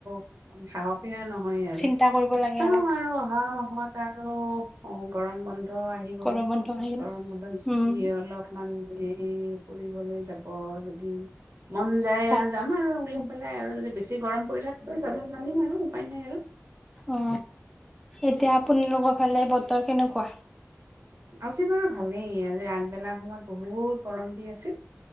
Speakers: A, on the right; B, in the centre.
A: সাহস সাহসেই নহয় আৰু
B: চিন্তা কৰিব লাগে
A: চাওঁ
B: অলপ
A: আৰু অহা মাহত আৰু অ গৰম বন্ধ আহিব
B: গৰম বন্ধ আহিল
A: অলপ
B: উম
A: মান ফুৰিবলৈ যাব যদি মন যায়
B: অ
A: আৰু যাম আৰু উলাই পেলাই আৰু যদি বেছি গৰম পৰি থাকে যাব জালিম আৰু উপায় নাই আৰু
B: অ এতিয়া আপোনালোকৰ ফালে বতৰ কেনেকুৱা
A: আছে বাৰু ভালেই যে আগবেলা সময়ত বহুত গৰম দি আছিল